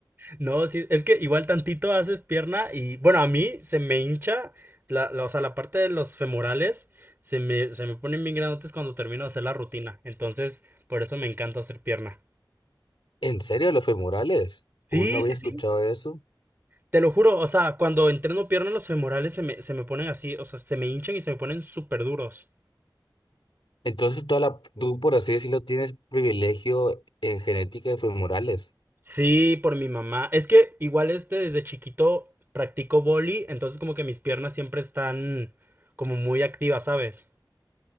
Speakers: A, on the right (about 25°); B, on the left (about 85°).
A: No, sí, es que igual tantito haces pierna y, bueno, a mí se me hincha, la, la- o sea, la parte de los femorales se me, se me ponen bien grandotes cuando termino de hacer la rutina. Entonces, por eso me encanta hacer pierna.
B: ¿En serio los femorales?
A: Sí,
B: Uy, no había
A: sí,
B: escuchado
A: sí.
B: eso.
A: Te lo juro, o sea, cuando entreno pierna, los femorales se me, se me ponen así, o sea, se me hinchan y se me ponen súper duros.
B: Entonces, toda la, tú, por así decirlo, tienes privilegio en genética de femorales.
A: Sí, por mi mamá. Es que igual este, desde chiquito practico boli, entonces como que mis piernas siempre están como muy activas, ¿sabes?